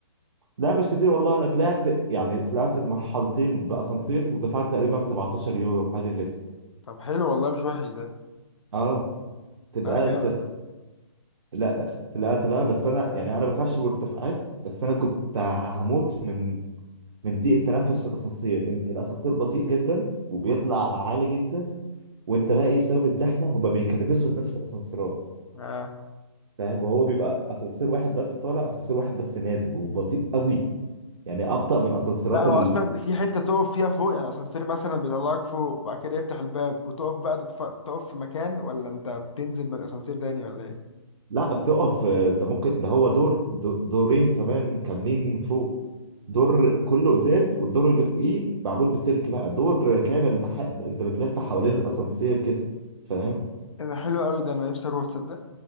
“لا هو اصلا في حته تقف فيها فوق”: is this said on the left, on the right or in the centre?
Left